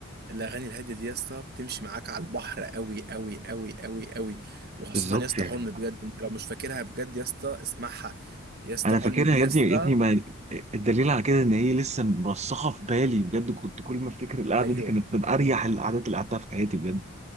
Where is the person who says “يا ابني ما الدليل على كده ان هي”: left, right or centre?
Right